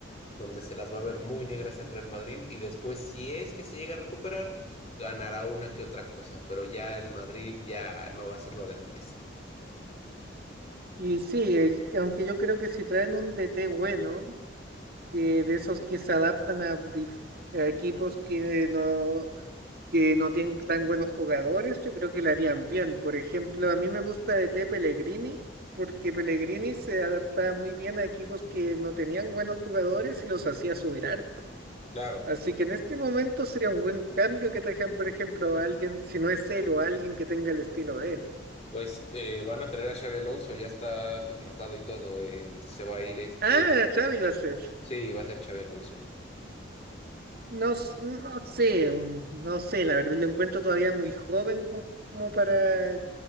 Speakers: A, on the left (about 35°); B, on the right (about 50°).
A: donde se las va a ver muy negras el Real Madrid y después si es que se llega a recuperar, ganará una que otra cosa, pero ya el Madrid ya no va a ser lo de antes.
B: Y sí, eh, aunque yo creo que si traen un DT bueno, que de esos que se adaptan a, dif- a equipos que no, que no tienen tan buenos jugadores, yo creo que le harían bien. Por ejemplo, a mí me gusta DT Pellegrini, porque Pellegrini se adaptaba muy bien a equipos que no tenían buenos jugadores y los hacía subir harto.
A: Claro,
B: Así que en este momento sería un buen cambio que trajeran, por ejemplo, a alguien, si no es él o a alguien que tenga el estilo de él.
A: pues eh, van a traer a Xabi Alonso, ya está contratado y todo, eh, se va a ir es-
B: Ah,
A: el...
B: Xavi va a ser.
A: Sí, va a ser Xabi Alonso.
B: No, s- no sé, mm, no sé, la verdad, lo encuentro todavía muy joven como, como para,